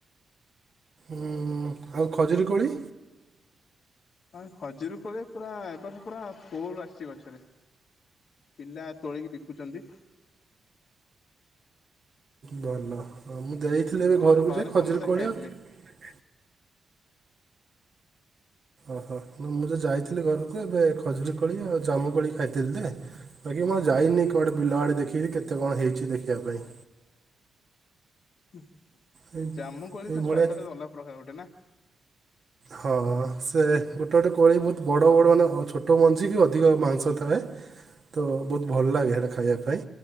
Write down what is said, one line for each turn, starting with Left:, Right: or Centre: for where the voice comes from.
Right: ଉଁ ଆଉ ଖଜୁରୀ କୋଳି?
Left: ଆଁ ଖଜୁରୀ କୋଳି ପୁରା ଏ ବର୍ଷ ପୁରା ଫୁଲ ଆସିଚି ଗଛରେ ପିଲା ତୋଳକି ବିକୁଚନ୍ତି।
Right: ଭଲ। ମୁଁ ଯାଇଥିଲି ଏବେ
Left: ମୁଁ
Right: ଘରୁକୁ
Left: ଥରେ
Right: ଯେ ଖଜୁରୀ
Left: ସମୁଦାୟ
Right: କୋଳି
Left: ଖାଇଥିଲି।
Right: ଆଉ ଓହୋ ନାଊ ମୁଁ ଯା ଯାଇଥିଲି ଘରୁକୁ ଏବେ ଖଜୁରୀ କୋଳି ଆଉ ଜାମୁ କୋଳି ଖାଇଥିଲି ଦେ ବାକି ମୁଁ ଆଉ ଯାଇନେଇ କୁଆଡ଼େ ବିଲ ଆଡେ ଦେଖିବି କେତେ କଣ ହେଇଚି ଦେଖିବା ପାଇଁ।
Left: ହୁଁ।
Right: ଏଇ
Left: ଜାମୁ କୋଳି
Right: ଏଇଭଳିଆ
Left: ତା ସ୍ଵାଦଟା ଅଲଗା ପ୍ରକାର ଗୋଟେ ନାଁ।
Right: ହଁ ସେ ଗୋଟେ ଗୋଟେ କୋଳି ବୋହୁତ ବଡ଼ ବଡ଼ ମାନେ ଛୋଟ ମଞ୍ଜିିକୁ ଅ ଅଧିକ ମାଂସ ଥାଏ ତ ବୋହୁତ ଭଲ ଲାଗେ ହେଟା ଖାଇବା ପାଇଁ